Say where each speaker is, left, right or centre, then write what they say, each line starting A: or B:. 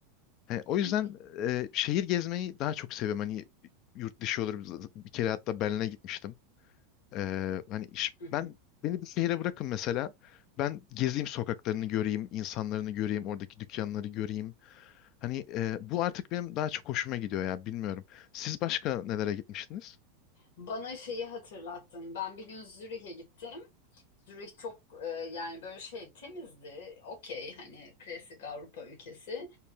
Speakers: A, on the left (about 50°); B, on the left (about 75°).
A: Hani o yüzden
B: hı
A: e, şehir gezmeyi daha çok seviyorum. Hani yurt dışı olur. Bir kere hatta Berlin'e gitmiştim. E, hani iş-
B: hı.
A: ben beni bir şehre bırakın mesela. Ben gezeyim sokaklarını göreyim, insanlarını göreyim, oradaki dükkanları göreyim. Hani e, bu artık benim daha çok hoşuma gidiyor ya bilmiyorum. Siz başka nelere gitmiştiniz?
B: Bana şeyi hatırlattın. Ben bir gün Zürih'e gittim. Zürih çok e, yani böyle şey temizdi. Okey hani klasik Avrupa ülkesi.